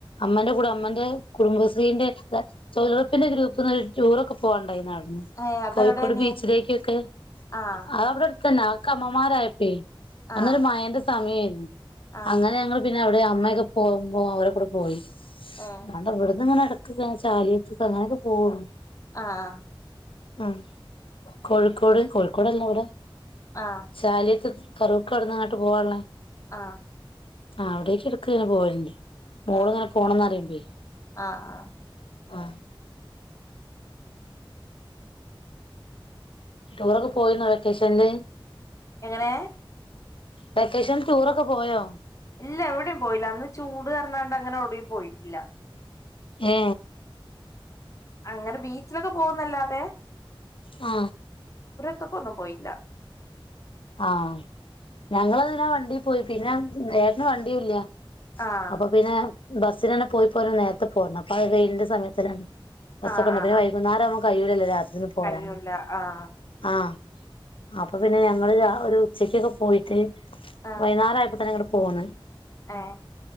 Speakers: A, on the left; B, on the left.
A: അമ്മന്റെകൂടെ അമ്മന്റെ കുടുംബശ്രീന്റെ തോഴി ലൊരപ്പിൻ്റെ ഗ്രൂപ്പ്ന്ന് ഒരു ടൂറൊക്കെ പോവാണ്ടന്നാൾ.
B: ഏഹ് അതെവിടെനി
A: കോഴിക്കോട് ബീച്ചിലേക്കൊക്കെ
B: ആഹ്
A: ആ അവിടെ അന്നെ ആക്ക് അമ്മമാരായപ്പോ അന്നൊരു
B: ആഹ്
A: മയന്റെ സമയമായിരുന്നു
B: ആഹ്
A: അങ്ങനെങ്ങള് പിന്നെ അവിടെ അമ്മയൊക്കെ പോകുമ്പോ അവരെ കൂടെ പോയി
B: ഏഹ്
A: ല്ലാണ്ടെ ഇവിടുന്ന് ഇടക് ക് ത ചാലിയത്ക് ക്കൊക്കെ അങ്ങനൊക്കെ പോവുള്ളൂ
B: ആഹ
A: ഉം കോഴിക്കോട് കോഴിക്കോടല്ലോ അവിടെ
B: ആഹ്
A: ചാലിയത്ത് ഫറോക്ക് അടന്ന്ങ്ങട്ട് പോവാള്ളേ
B: ആ
A: ആ അവിടേക്ക്എടക്ക് ഞാ പോലണ്ട്മോള്ങ്ങനെപോണംന്ന്
B: ഏഹ് ആഹ്
A: അറീമ്പേയ്
B: ആഹ്
A: ആ ടൂറൊക്കെ പോയിന്നോ വെക്കേഷൻല്
B: എങ്ങനെ?
A: വെക്കേഷൻ ടൂർ ഒക്കെ പോയോ?
B: ഇല്ല എവിടിം പോയില്ല അന്ന് ചൂട് അറ് ഞ്ഞാണ്ട് അങ്ങനെ ഔടിം പോയിട്ടില്ല.
A: ഏ
B: അങ്ങനെ ബീച്ചിലൊക്കെ പോകുന്നല്ലാതെ
A: ആ
B: ത്ത്ക്കൊന്നും പോയില്ല
A: ആ ഞങ്ങളതിനാ വണ്ടി പോയി പിന്നെ, ഏട്ടന് വണ്ടിയുല്ല
B: ആഹ്
A: അപ്പൊ പിന്നെ ബസ്സിനന്നെ പോയി പോരണ നേരത്ത്പോരണം അപ്പംഅഹ് വെയിലിൻന്റെ സമയത്തലെ. ബ
B: ആഹ്
A: സ്സെക്കെണ്ട്
B: ആഹ്
A: പിന്നെ
B: ആഹ്
A: വൈകുന്നേരം പ്പം കയിഴൂലല്ലോ രാ- ത്രി പോരാന്
B: കഴിയൂല്ല ആഹ്
A: ആ അപ്പൊ പിന്നെ ഞങ്ങള് രാ ഒര് ഉച്ചക്കൊക്കെ പോയിട്ട്
B: ആഹ്
A: വൈനാരാ യപ്പോ തിന് ഇങ്ങട്ട് പോന്ന്
B: ഏഹ്